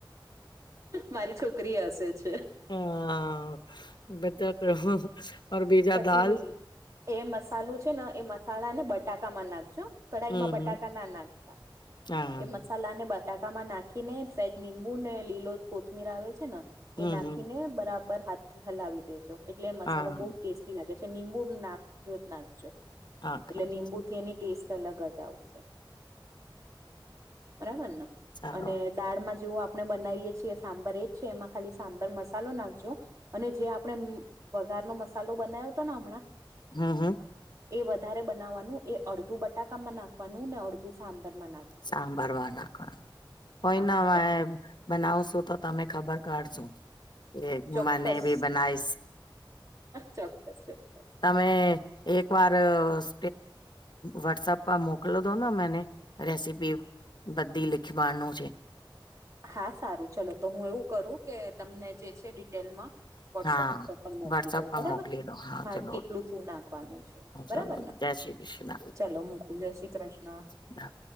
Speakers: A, on the right; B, on the left.
A: મારી છોકરી હશે જ.
B: હા, બધા. ઓર બીજા
A: પછી
B: દાલ
A: એ મસાલું છે ને એ મસાલા ને બટાકામાં નાખજો કઢાઈ
B: હમ
A: માં બટાકા ના નાખતા
B: હા
A: એ મસાલા ને બા બટાકામાં નાખીને સાહેદ લીંબુ ને લીલો કોથમીર આવે છે ને
B: હમ
A: એ નાખીને
B: હમ.
A: બરાબર હાથથી હલાવી દેજો એટલે મસાલો
B: હા
A: બહુ ટેી લાગે છેંબુ નાખજો જ નાખજો
B: આખા
A: એટલે લીંબુ થી એની ટેસ્ટ અલગ જ આવશે બરાબર ને
B: ચાલો
A: અને દાળમાં જેવ આપણે બનાવીએ છીએ સાંબર એ જ છે એમાં ખાલી સાંબર મસાલો નાખજો અને જે આપણે વઘારનોો મસાલો બનાવ્યો હતો ને હમણાં
B: હમ હમ
A: એ વધારે બનાવવાનું એ અડધું બટાકામાં નાખવાનું ને અડધું સાંભર માં નાખ
B: સાંભર વા નાખ કોઈના
A: હા
B: વા
A: બસ
B: બનાવશો તો તમે ખબર કાઢશો એ
A: ચોક્કસ
B: મને ભી બનાઈ
A: ચોક્કસ ચોક્કસ
B: તમે એક વાર સ વોટ્સઅપ પર મોકલો દો ને મને રેસીપી બધી લીખવાનું છે
A: હા સારું ચલો તો હું એવું કરું કે તમને જે છે ડિટેલમાં વોટસઅપ
B: હા
A: ઉપર પણ મુકી
B: વોટ્સઅપ
A: દઉ
B: પર
A: બરાબર
B: મોકલી દો
A: હા
B: ચલો
A: કેટલું શું નાખવાનું છે બરાબર
B: ચલો
A: ને
B: જય શ્રી કૃષ્ણ
A: ચલો મૂકું જ શ્રી કૃષ્ણ
B: હ <unintelligible>